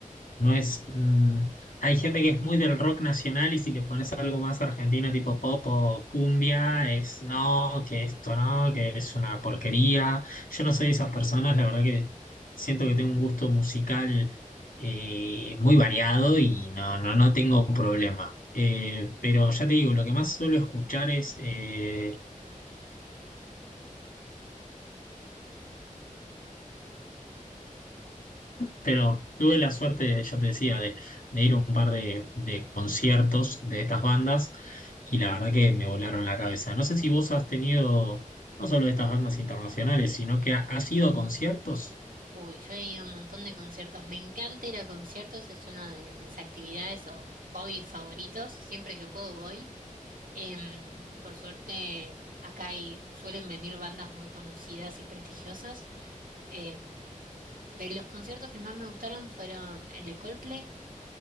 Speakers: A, on the left (about 75°); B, on the right (about 80°).
A: no es. mm, hay gente que es muy del rock nacional y si le pones algo más argentino, tipo pop o cumbia, es no, que esto no, que es una porquería. Yo no soy de esas personas, la verdad que siento que tengo un gusto musical eh, muy variado y no, no, no tengo problema. Eh, pero ya te digo, lo que más suelo escuchar es eh, Pero tuve la suerte, yo te decía, de, de ir a un par de, de conciertos de estas bandas y la verdad que me volaron la cabeza. No sé si vos has tenido, no solo de estas bandas internacionales, sino que ha- has ido a conciertos.
B: Uy, yo he ido a un montón de conciertos. Me encanta ir a conciertos, es una de mis actividades o hobbies favoritos. Siempre que puedo voy. Em, y por suerte, em, acá hay, suelen venir bandas muy conocidas y prestigiosas. Em, de los conciertos que más me gustaron fueron el de Coldplay.